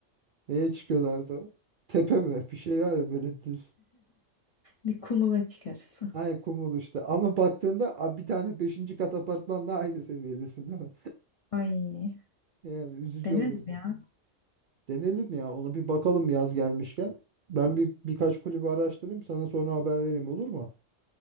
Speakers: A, on the right (about 60°); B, on the left (about 50°).
A: <laughs> neye çıkıyorlardı? Tepe mi? Bir şey var ya böyle düz.
B: Bir kumula çıkarız.
A: Ay kumul işte. Ama baktığında a, bir tane beşinci kat apartmanla aynı seviyedesin değil mi?
B: <laughs> Ay
A: Yani üzücü
B: deneriz
A: olurdu.
B: ya.
A: Denelim ya. Ona bir bakalım yaz gelmişken. Ben bir birkaç kulübü araştırayım. Sana sonra haber vereyim olur mu?